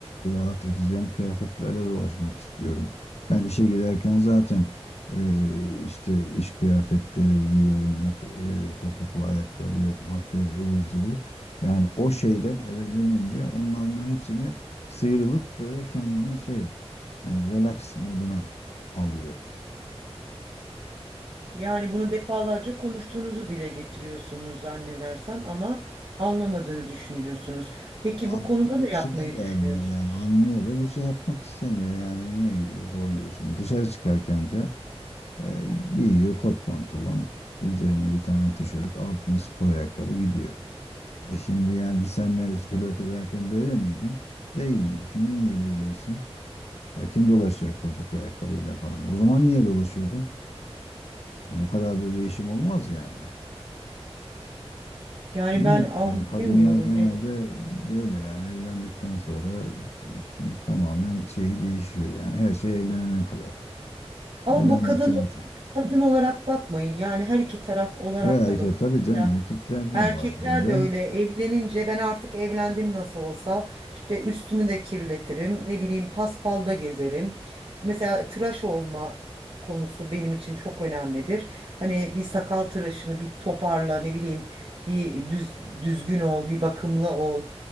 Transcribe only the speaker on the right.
Yani bunu defalarca konuştuğunuzu dile getiriyorsunuz zannedersem ama anlamadığını düşünüyorsunuz.
Peki
bu konuda
ne
yapmayı
düşünüyorsunuz?
Yani
ben anlayamıyorum
evet.
Ama
bu kadın
kadın olarak bakmayın. Yani her iki taraf olarak
da bakın.
Mesela
Erkekler
de öyle evlenince ben artık evlendim nasıl olsa işte üstümü de kirletirim ne bileyim paspalda gezerim. Mesela tıraş olma konusu benim için çok önemlidir. Hani bir sakal tıraşını bir toparla ne bileyim bir düz, düzgün ol bir bakımlı ol.